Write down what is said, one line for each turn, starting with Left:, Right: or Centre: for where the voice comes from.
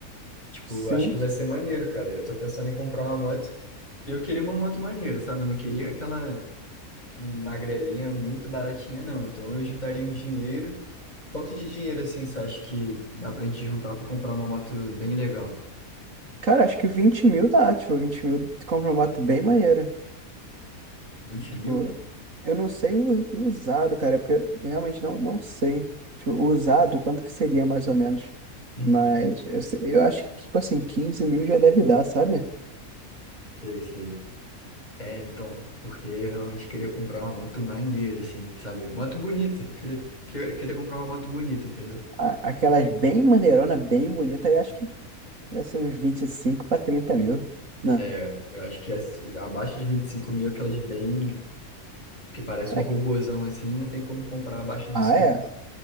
Left: Tipo,
Right: Sim.
Left: acho que vai ser maneiro, cara. Eu tô pensando em comprar uma moto. Eu queria uma moto maneira, sabe? Eu não queria aquela magrelinha muito baratinha, não. Então, eu juntaria um dinheiro. Quanto de dinheiro, assim, você acha que dá pra gente juntar pra comprar uma moto bem legal?
Right: Cara, acho que 20 mil dá, tipo, 20 mil tu compra uma moto bem maneira.
Left: vinte
Right: Tipo,
Left: mil?
Right: eu não sei o o usado, cara, é porque eu realmente não, não sei. Tipo, o usado, quanto que seria mais ou menos?
Left: Uhum.
Right: Mas eu, sei- eu acho que, tipo assim, 15 mil já deve dar, sabe?
Left: Sei, sei. É, então, porque eu realmente queria comprar uma moto maneira, assim, sabe? Moto bonita. Queria, queria, queria comprar uma moto bonita, entendeu?
Right: a- aquelas bem maneirona, bem bonita, eu acho que Deve ser uns 25 para 30 mil. Não.
Left: É, eu acho que as- abaixo de 25 mil, aquelas bem, que parecem
Right: pra
Left: um robozão,
Right: quê?
Left: assim, não tem como comprar abaixo disso,
Right: Ah,
Left: não.
Right: é?